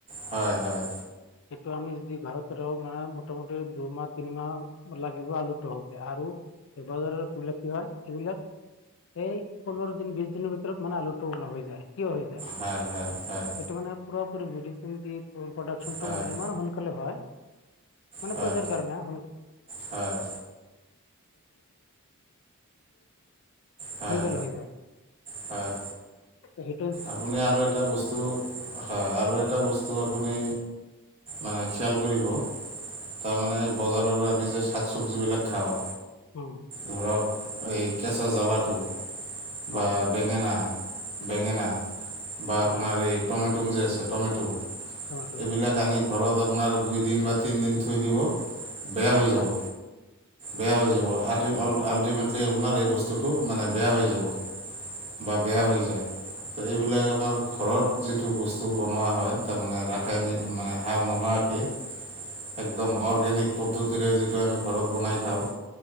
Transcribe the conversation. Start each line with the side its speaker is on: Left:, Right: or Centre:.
Right: হয় হয়
Left: এইটো আমি যদি ঘৰত ৰো মানে মোটামোট দুই মাহ তিনি মাহ লাগিব আলুটোহতে আৰু এই বজাৰৰ বিলাক কি হয় এইবিলাক এই পোন্ধৰ দিন বিশ দিনৰ ভিতৰত মানে আলু উৎপন্ন হৈ যায় কিয় হৈ যায়
Right: হয় হয় হয়
Left: সেইটো মানে পুৰা পুৰি মেডিচিন দি প্ৰডাকশ্যনটো
Right: হয়
Left: মানে ইমান সোনকালে হয়, মানে
Right: হয়
Left: পইচাৰ কাৰণে <unintelligible>
Right: হয় হয়
Left: সোনকালে হৈ যায়।
Right: হয়
Left: সেই
Right: আপুনি আৰু এটা বস্তু হয় আৰু এটা বস্তু আপুনি মানে খিয়াল কৰিব তাৰমানে বজাৰৰ আমি যে শাক চবজী বিলাক খাওঁ,
Left: উম
Right: ধৰক এই কেঁচা জ্বালাটো বা
Left: হয়
Right: বেঙেনা বেঙেনা বা আপোনাৰ
Left: হয়
Right: এই টমেটম যে আছে টমেটো এইবিলাক
Left: টমেটো
Right: আনি ঘৰত আপোনাৰ দুইদিন বা তিনিদিন থৈ দিব বেয়া হৈ
Left: হয়
Right: যাব বেয়া হৈ যাব আ অল আল্টিমেটলি আপোনাৰ এই বস্তুটো মানে বেয়া হৈ যাব বা বেয়া হৈ যায় এইবিলাক আমাৰ ঘৰত যিটো বস্তু বনোৱা হয় তাৰমানে ৰা মানে সাৰ নোহোৱাকে একদম অৰ্গেনিক পদ্ধতিৰে যে, সেইটো আমি ঘৰত বনাই খাওঁ।